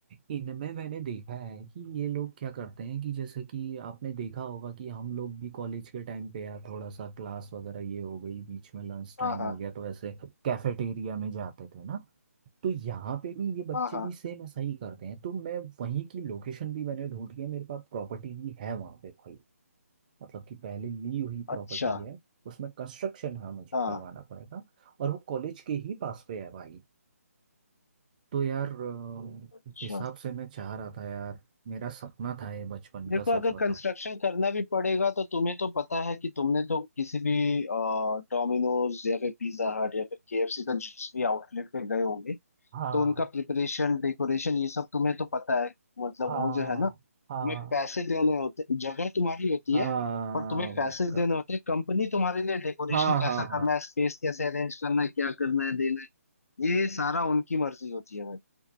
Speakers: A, on the right; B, on the left.
A: इनमें मैंने देखा है कि ये लोग क्या करते हैं कि जैसे कि आपने देखा होगा कि हम लोग भी कॉलेज के टाइम पे यार थोड़ा सा क्लास वगैरह ये हो गई बीच में लंच टाइम
B: हाँ हाँ
A: हो गया तो ऐसे कैफेटेरिया में जाते थे ना तो यहाँ पे भी ये बच्चे
B: हाँ हाँ हाँ,
A: भी
B: हाँ, हाँ, हाँ, हाँ, हाँ, हाँ, हाँ, हाँ, हाँ, हाँ, हाँ, हाँ,
A: सेम ऐसा ही करते हैं तो मैं वहीं की लोकेशन भी मैंने ढूंढ ली है मेरे पास प्रॉपर्टी भी है वहाँ पे भाई मतलब कि पहले ली हुई प्रॉपर्टी
B: अच्छा
A: है उसमें कंस्ट्रक्शन हाँ मुझे
B: हाँ
A: करवाना पड़ेगा और वो कॉलेज के ही पास पे है भाई तो यार अ,
B: अच्छा
A: इस हिसाब से मैं चाह रहा था यार मेरा सपना था ये बचपन
B: देखो
A: का सच
B: अगर
A: बताऊं
B: कंस्ट्रक्शन करना भी पड़ेगा तो तुम्हें तो पता है कि तुमने तो किसी भी डोमिनोज या फिर पिज्जा हट या फिर केएफसी का जिस भी आउटलेट पे गए होंगे
A: हाँ
B: तो उनका प्रिपरेशन डेकोरेशन ये सब तुम्हें तो पता है मतलब
A: हाँ
B: वो जो है ना तुम्हें
A: हाँ
B: पैसे देने होते जगह तुम्हारी होती
A: हाँ
B: है और तुम्हें पैसे
A: उसका-
B: देने होते हैं कंपनी तुम्हारे लिए डेकोरेशन
A: हाँ
B: कैसा
A: हाँ हाँ
B: करना है स्पेस कैसे अरेंज करना है क्या करना है देना है ये सारा उनकी मर्जी होती है भाई